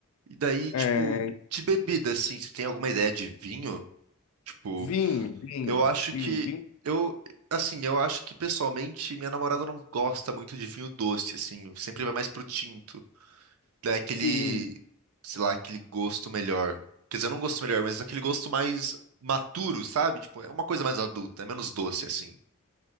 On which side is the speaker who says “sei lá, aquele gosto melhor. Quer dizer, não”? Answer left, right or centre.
Right